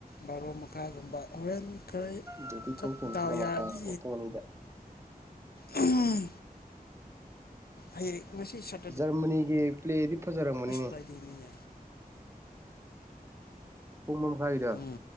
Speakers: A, on the left (about 80°); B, on the right (about 15°).
A: ꯕꯥꯔꯣ ꯃꯈꯥꯏꯒꯨꯝꯕ ꯍꯣꯔꯦꯟ ꯈꯔ
B: ꯗꯨꯏꯇꯤ
A: ꯆꯞ
B: ꯊꯣꯛꯇꯣꯏꯅꯤ
A: ꯗꯥꯎ
B: ꯑꯃ ꯃꯈꯥꯏ
A: ꯌꯥꯔꯗꯤ
B: ꯄꯨꯡ ꯑꯅꯤꯗ
A: ꯎꯝ ꯍꯌꯦꯡ ꯉꯁꯤ ꯁꯠ
B: ꯖꯔꯃꯅꯤꯒꯤ ꯄ꯭ꯂꯦꯗꯤ ꯐꯖꯔꯝꯒꯅꯤꯅꯦ
A: ꯐ꯭ꯔꯥꯏꯗꯦꯅꯤꯅꯦ
B: ꯄꯨꯡ ꯑꯃ ꯃꯈꯥꯏꯒꯤꯗꯣ
A: ꯎꯝ